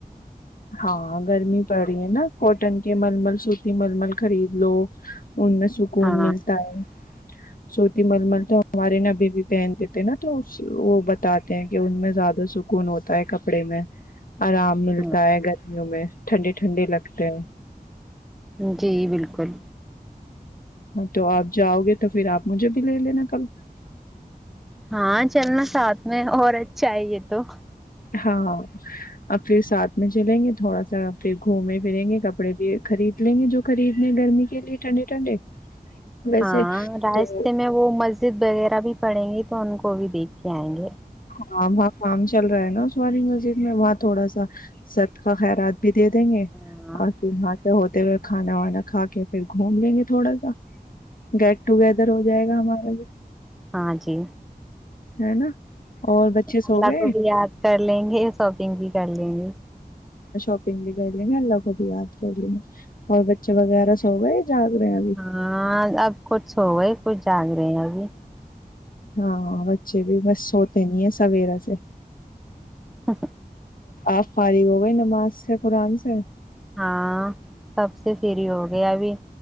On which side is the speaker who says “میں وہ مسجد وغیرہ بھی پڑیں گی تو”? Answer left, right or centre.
Centre